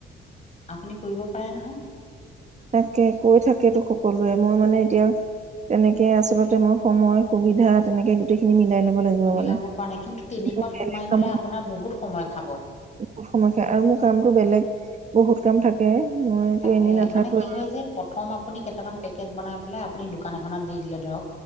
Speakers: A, on the left; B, on the right.
A: আপুনি কৰিব পাৰে নহয়।
B: তাকে কৈ থাকে তো সকলোৱে, মই মানে এতিয়া তেনেকে আচলতে মই সময় সুবিধা তেনেকে গোতেইখিনি মিলাই লব। লাগিব
A: মিলাব
B: মানে
A: পৰা নাই, কিন্তু তেনেকুৱাত
B: মোৰ বেলেগ
A: সোমাই
B: কাম
A: গলে আপোনাৰ বহুত সময় খাব।
B: বহুত সময় খায় আৰু মোৰ কামতটো বেলেগ বহুত কাম থাকে। মইতো
A: তাকে
B: এনেই নাথাকোৱে
A: মানে কি হয় যে প্ৰথম। আপুনি কেইটামান পেকেট বনাই পেলাই আপুনি দোকান এখনত দি দিলে ধৰক।